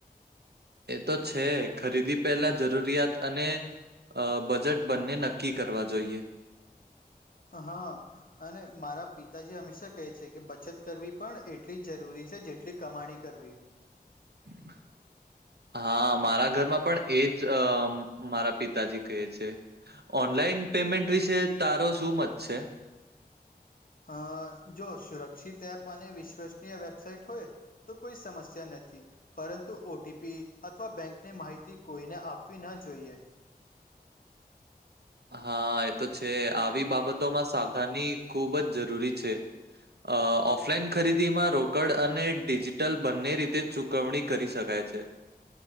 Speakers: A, on the right (about 85°); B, on the left (about 60°).
A: એ તો છે, ખરીદી પહેલા જરૂરિયાત અને અ બજેટ બંને નક્કી કરવા જોઈએ.
B: હા. અને મારા પિતાજી હંમેશા કહે છે કે બચત કરવી પણ એટલી જરૂરી છે જેટલી કમાણી કરવી.
A: <inaudible> હા, મારા ઘરમાં પણ એ જ મારા પિતાજી કહે છે. ઓનલાઈન પેમેન્ટ વિશે તારો શું મત છે?
B: અ જો સુરક્ષિત એપ અને વિશ્વસનીય વેબસાાઈટ હોય તો કોઈ સમસ્યા નથી. પરંતુ ઓ ટી પી અથવા બેંકની માહિતી કોઈને આપવી ન જોઈએ.
A: હા એ તો છે. આવી બાબતોમાં સાવધાની ખુબ જ જરૂરી છે. અ ઓફલાઈન ખરીદી માં રો રોકડ અને ડિજિટલ બંને રીતે ચુકવણી કરી શકાય છે.